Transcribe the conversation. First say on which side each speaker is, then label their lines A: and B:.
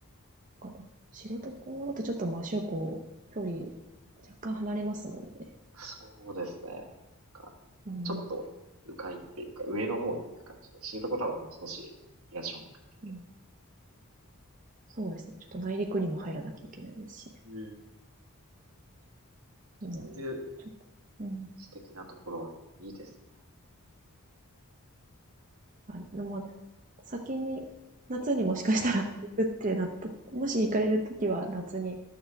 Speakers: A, on the right; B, on the right.
A: そっかな。知床だとちょっとまあ、しゅうこ、距離若干離れますもんね。
B: そうですね。なんか、
A: うん。
B: ちょっと、迂回っていうか、上の方に行く感じで、知床多分もう少し東の方に行かなきゃいけない。
A: うんそうですね。ちょっと内陸にも入らなきゃいけないですしね。
B: うん。
A: うん。
B: そういう
A: ちょっと、うん。
B: 素敵なところはいいですね。
A: はい。でもまあ、先に、夏にもしかしたら行くってなった、もし行かれるときは夏に、